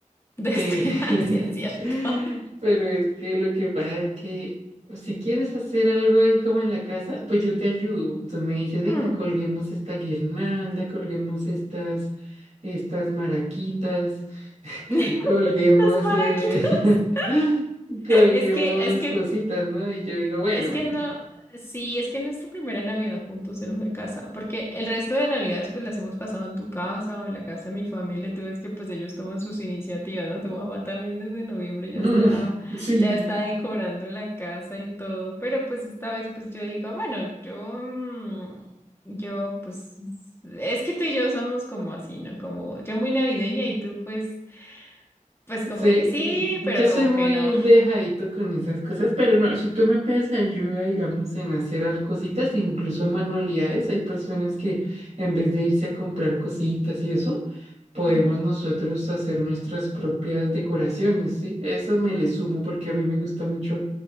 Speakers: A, on the left (about 20°); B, on the right (about 60°).
A: Desde,
B: Pe-
A: <laughs>
B: <laughs>
A: así es cierto.
B: Pero es que lo que pasa es que si quieres hacer algo ahí como en la casa, pues yo te ayudo. Tú me dices, venga,
A: Hmm.
B: colguemos esta guirnalda, colguemos estas, estas maraquitas, <laughs>
A: <laughs>
B: colguemos,
A: Los maraquitos.
B: eh, <laughs>
A: <laughs>
B: colguemos
A: Es que, es que
B: cositas, ¿no? Y yo digo, bueno,
A: Es
B: bueno.
A: que no, sí, es que nuestra primera Navidad juntos en una casa, porque el resto de Navidades pues las hemos pasado en tu casa o en la casa de mi familia, tú ves que pues ellos toman sus iniciativas, ¿no? Tu mamá también desde noviembre ya
B: <laughs>
A: está,
B: Sí.
A: ya está decorando la casa y todo, pero pues esta vez pues yo digo, bueno, yo, mm, yo pues, es que tú y yo somos como así, ¿no? Como yo muy navideña y tú pues, pues como
B: Sí,
A: que sí,
B: yo
A: pero como
B: soy muy
A: que no.
B: dejadito con esas cosas, pero no, si tú me pides ayuda, digamos, en hacer al cositas, incluso manualidades, hay personas que en vez de irse a comprar cositas y eso, podemos
A: Ujú.
B: nosotros hacer nuestras propias decoraciones, ¿sí? Eso me le sumo porque a mí me gusta mucho